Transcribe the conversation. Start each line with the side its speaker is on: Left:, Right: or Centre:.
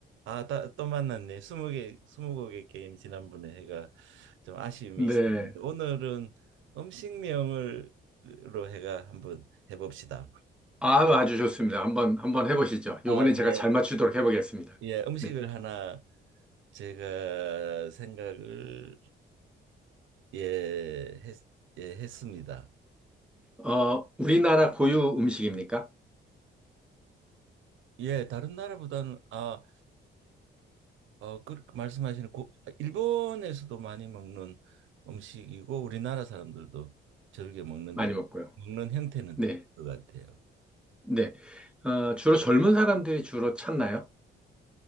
Right: 아, 따- 또 만났네. 스무 개, 스무 곡의 게임 지난번에 해가 좀 아쉬움이
Centre: 네.
Right: 있었는데 오늘은 음식명을 로 해가 한번 해봅시다.
Centre: 아, 아주 좋습니다. 한번, 한번 해보시죠.
Right: 아,
Centre: 요번에
Right: 네.
Centre: 제가 잘 맞추도록 해보겠습니다.
Right: 예, 음식을
Centre: 네.
Right: 하나 제가 생각을 예, 했, 예, 했습니다.
Centre: 어, 우리나라 고유 음식입니까?
Right: 예, 다른 나라보다는 아, 어, 그 말씀하시는 고, 일본에서도 많이 먹는 음식이고 우리나라 사람들도 즐겨 먹는데
Centre: 많이 먹고요.
Right: 먹는 형태는
Centre: 네.
Right: 틀릴 것 같아요.
Centre: 네. 어, 주로 젊은 사람들이 주로 찾나요?